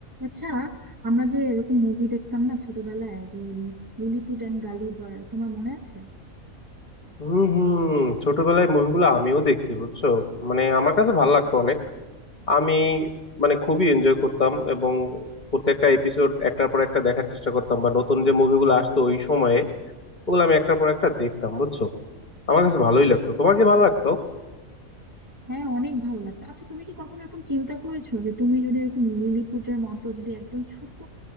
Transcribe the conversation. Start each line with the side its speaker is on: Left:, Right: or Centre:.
Right: আচ্ছা আমরা যে এরকম মুভি দেখতাম না ছোটবেলায় যে লিলিপুট এন্ড গালিভার তোমার মনে আছে
Left: হুম হুম ছোটবেলায় মুভিগুলো আমিও দেখছি বুঝছো মানে আমার কাছে ভালো লাগতো অনেক আমি মানে খুবই এনজয় করতাম এবং প্রত্যেকটা এপিসোড একটার পর একটা দেখার চেষ্টা করতাম বা নতুন যে মুভিগুলো আসতো ওই সময়ে ওগুলো আমি একটার পর একটা দেখতাম বুঝছো আমার কাছে ভালোই লাগতো তোমার কি ভালো লাগতো
Right: হ্যাঁ অনেক ভালো লাগতো আচ্ছা তুমি কি কখনো এরকম চিন্তা করেছো যে তুমি যদি এরকম লিলিপুটের মতো যদি একদম ছোট